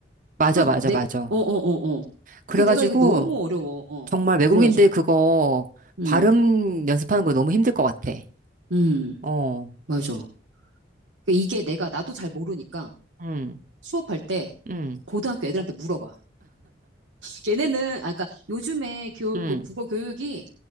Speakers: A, on the right; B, on the right.
A: 맞아,
B: 그,
A: 맞아,
B: 내,
A: 맞아.
B: 어, 어, 어, 어.
A: 그래가지고
B: 그 내가 이거 너무 어려워, 어.
A: 정말 외국인들
B: 그래가지고,
A: 그거
B: 음,
A: 발음 연습하는 거 너무 힘들 것 같아.
B: 음,
A: 어,
B: 맞아. 그 이게 내가, 나도 잘 모르니까
A: 음,
B: 수업할 때
A: 음,
B: 고등학교 애들한테 물어봐. 걔네는, 아까 요즘에 교,
A: 음,
B: 그 국어 교육이